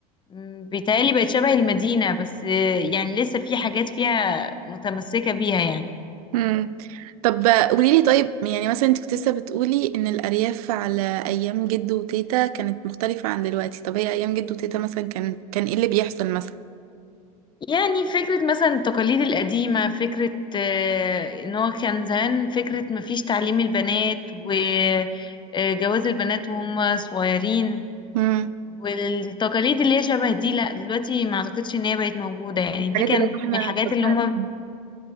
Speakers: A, on the left; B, on the right.
A: م، بيتهيألي بقت شبه المدينه بس يعني لسه في حاجات فيها متمسكه بيها يعني
B: امم طب قوليلي طيب يعني مثلا انت كنت لسه بتقولي ان الارياف على ايام جدو وتيتا كانت مختلفة عن دلوقتي طب هي ايام جدو وتيتا مثلا كان كان ايه اللي بيحصل مثلا
A: يعني فكرة مثلا التقاليد القديمة فكرة آه، ان هو كان زمان فكرة مفيش تعليم البنات وجواز البنات وهم صغيرين
B: امم
A: والتقاليد اللي هي شبه دي لا دلوقتي ما اعتقدش ان هي بقت موجودة يعني
B: الحاجات
A: دي كانت
B: اللي هو احنا
A: من الحاجات
B: ضروري
A: اللي
B: عارفينها
A: هم